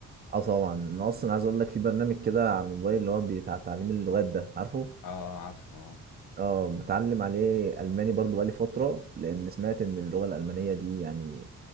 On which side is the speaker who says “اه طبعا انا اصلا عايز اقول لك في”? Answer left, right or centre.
Right